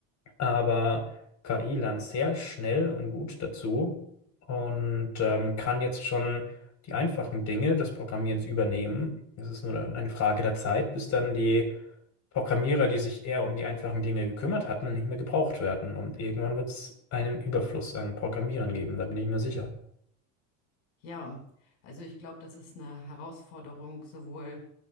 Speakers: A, on the left; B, on the left.
A: Aber KI lernt sehr schnell und gut dazu und ähm, kann jetzt schon die einfachen Dinge des Programmierens übernehmen. Es ist nur eine Frage der Zeit, bis dann die Programmierer, die sich eher um die einfachen Dinge gekümmert hatten, nicht mehr gebraucht werden. Und irgendwann wird es einen Überfluss an Programmierern geben, da bin ich mir sicher.
B: ja, also ich glaube, das ist eine Herausforderung sowohl